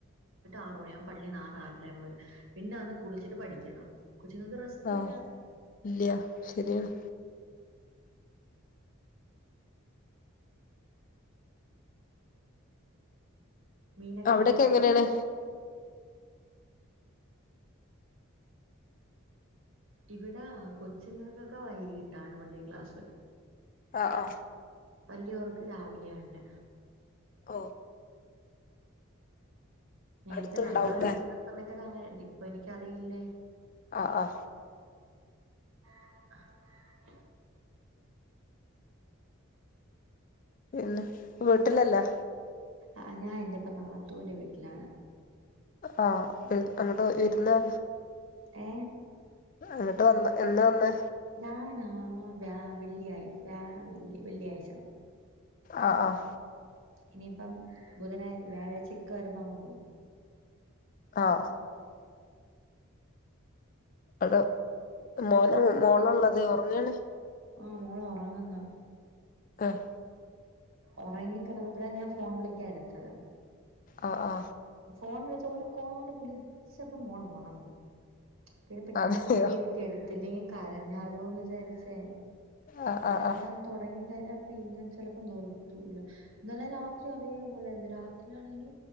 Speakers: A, on the right (about 75°); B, on the left (about 40°).
A: ആറു മണിയാവും പള്ളിന്ന് ആറ് ആറെര ആകുമ്പോ വരും പിന്നെ അന്ന് കുളിച്ചിട്ട് പഠിക്കണം. കൊച്ചുങ്ങൾക്ക് റെസ്റ്റ്
B: ആഹ്
A: ഇല്ല
B: ഇല്ല്യ ശരിയാണ്
A: മീനൊക്കെ
B: അവിടൊക്കെ
A: കിട്ടി
B: എങ്ങനെണ്
A: ഇവിടെ കൊച്ചുങ്ങൾക്കൊക്കെ വൈകിട്ടാണ് പള്ളി ക്ലാസ്
B: ആഹ ആഹ
A: വല്ലിയോർക്ക് രാവിലയുണ്ട്
B: ഓ
A: നേരത്തെ
B: അടുത്തുണ്ടാവൂലേ
A: ഞങ്ങള് പഠിക്കുന്ന സമയത്ത്- പൊന്നങ്ങനല്ല <unintelligible> ഇപ്പൊ എനിക്കറിയില്ലേ
B: ആ ആ
A: ആഹ്‌
B: പിന്നെ ഇപ്പവീട്ടിലല്ലാ
A: ആ ഞാൻ എന്റെ ഇപ്പ നാത്തുന്റെ വീട്ടിലാണ്
B: ആഹ അങ്ങോട്ട് വരുവോ ഇല്ലല്ലോ
A: ഏ
B: എന്നിട്ട് എന്ന് വന്ന്
A: ഞാൻ രാവിലെ വെള്ളിയാഴ്ച
B: ആഹ ആഹ.
A: ഇനിയിപ്പം ബുധനാ വ്യാഴാഴ്ചക്ക് വരുമ്പോ അങ്ങങ് പോകവും
B: ആഹ അത് മോനും മോളും ഒള്ളത് ഉറങ്ങണ്
A: ആഹ മോള് ഉറങ്ങുന്നു
B: ആഹ്
A: ഉറങ്ങി കിടന്നപ്പോഴാ ഞാൻ ഫോൺ വിളിക്കാൻ എടുത്തത്
B: ആ ആ
A: ഫോൺ വിളിച്ച ഒരു കോൾ വിളിച്ചപ്പോൾമോൾ ഉണർന്നു പിന്നെ പെട്ടെന്ന്
B: അതെയോ
A: കട്ട് ചെയ്തിട്ട് എടുത്ത്ല്ലെങ്കിൽ കരഞ്ഞാലോന്ന് വിചാരിച്ചേ
B: ആഹ്
A: കരയാൻ
B: ആഹ് ആഹ്
A: തൊടങ്ങി കഴിഞ്ഞാൽ പിന്നെ ചെലപ്പോ നിർത്തൂല ഇന്നലെ രാത്രിയും അതീപോലെതന്നെ രാത്രിലാണെങ്കിൽ